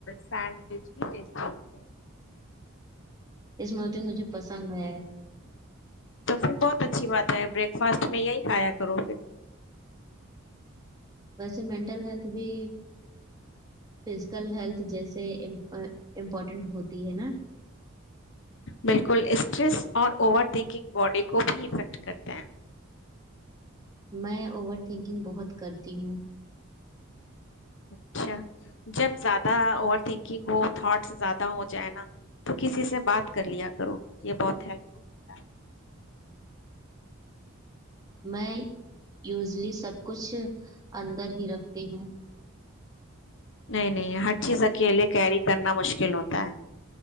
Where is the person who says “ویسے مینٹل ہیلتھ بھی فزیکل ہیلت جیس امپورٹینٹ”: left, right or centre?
Right